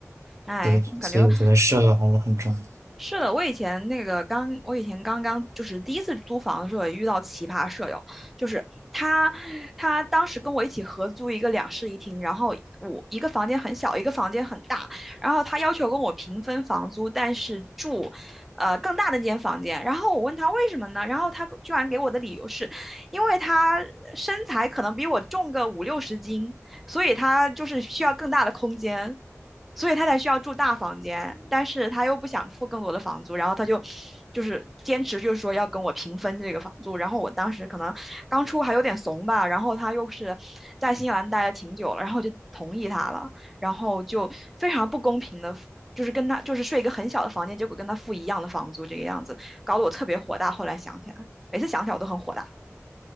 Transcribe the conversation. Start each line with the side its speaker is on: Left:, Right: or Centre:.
Centre: 哎，
Right: 对，
Centre: 我感觉
Right: 所以我觉得舍友还是很重要。
Centre: 是的，我以前那个刚，我以前刚刚就是第一次租房的时候也遇到奇葩舍友，就是他，他当时跟我一起合租一个两室一厅，然后我一个房间很小，一个房间很大，然后他要求跟我平分房租，但是住，呃，更大的那间房间，然后我问他为什么呢？然后他居然给我的理由是，因为他身材可能比我重个五六十斤，所以他就是需要更大的空间。所以他才需要住大房间，但是他又不想付更多的房租，然后他就就是坚持，就是说要跟我平分这个房租。然后我当时可能刚出还有点怂吧，然后他又是在新西兰待了挺久了，然后我就同意他了，然后就非常不公平的，就是跟他就是睡一个很小的房间，结果跟他付一样的房租，这个样子搞得我特别火大。后来想起来，每次想起来我都很火大。